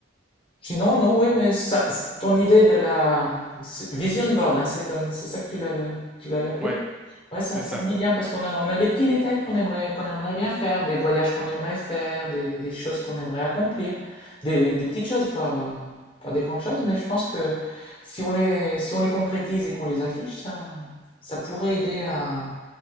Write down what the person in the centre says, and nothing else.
ouais,
c'est ça.